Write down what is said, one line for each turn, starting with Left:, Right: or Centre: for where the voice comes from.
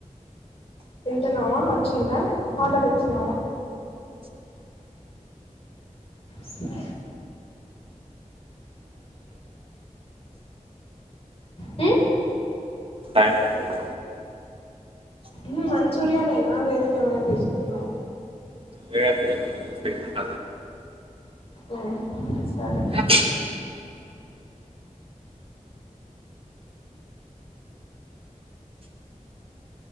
Left: తింటున్నావా వచ్చిందా ఆర్డర్ ఇచ్చినవ సరే మంచురియా నా మ్
Right: టైం పడతాది
Left: మ్ మంచూరియానేనా వేరేది ఏమైనా తీసుకున్నావా
Right: లే అదే <unintelligible>
Left: మ్మ్ సరే
Right: ఆ